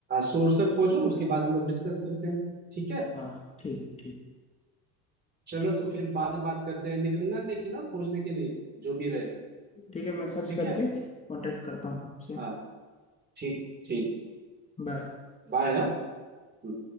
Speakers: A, on the right; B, on the left.
A: सोर्सर खोजो उसके बाद हम लोग डिस्कस करते हैं ठीक है
B: हाँ ठीक है ठीक
A: चलो तो फिर बाद में बात करते हैं निकलना लेकिन ना खोजने के लिए जो भी रहे
B: ठीक है मैं सर्च
A: ठीक
B: करके
A: है
B: कांटेक्ट करता हूँ आपसे
A: हाँ ठीक ठीक
B: बाय
A: बाय हाँ हम्म।